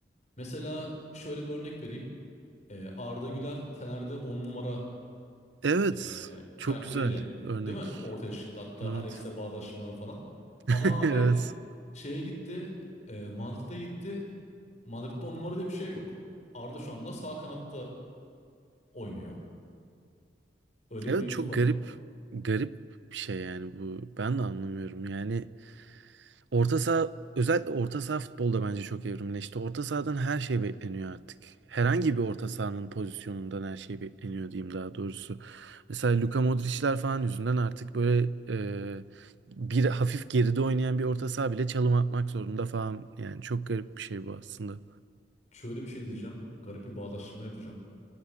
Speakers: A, on the left (about 40°); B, on the right (about 75°).
A: mesela şöyle bir örnek vereyim. E, Arda Güler Fener'de on numara
B: Evet.
A: e, karakteriyle
B: Çok güzel örnek.
A: değil mi? Ortaya çıktı. Hatta
B: Evet.
A: Alex'le bağdaşma falan.
B: <laughs>
A: Ama abi
B: Evet.
A: şeye gitti. E, Madrid'e gitti. Madrid'de on numara diye bir şey yok. Arda şu anda sağ kanatta oynuyor. Öyle bir
B: Evet
A: mevzu
B: çok
A: var.
B: garip garip bir şey yani bu. Ben de anlamıyorum. Yani orta saha özellikle orta saha futbolda bence çok evrimleşti. Orta sahadan her şey bekleniyor artık. Herhangi bir orta sahanın pozisyonundan her şey bekleniyor diyeyim daha doğrusu. Mesela Luka Modric'ler falan yüzünden artık böyle e, bir hafif geride oynayan bir orta saha bile çalım atmak zorunda falan. Yani çok garip bir şey bu aslında.
A: Şöyle bir şey diyeceğim. Garip bir bağdaştırma yapacağım.